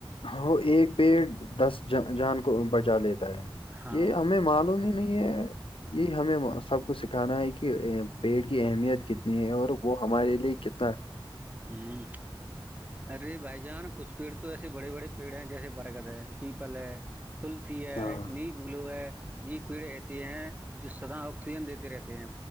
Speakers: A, on the left (about 75°); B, on the right (about 20°).
A: وہ ایک پیڑ دس جان کو بجا لیتا
B: ہاں
A: یہ ہمیں معلوم ہی نہیں ہے یہ ہمیں سب کو سکھانا ہے کہ پیٹ کی اہمیت کتنی ہے اور وہ ہمارے لیے ک ہ <unintelligible>
B: ہوں ارے بھائی جان کچھ پیڑ تو ایسے بڑے بڑے پیڑ ہے جیسے برگد ہے پیپل ہے تلسیی
A: ہاں
B: ن بلو <unintelligible> یہ پیڑ ایسیے ہیں جو سدا آکسیجن دیتے رہتے ہیں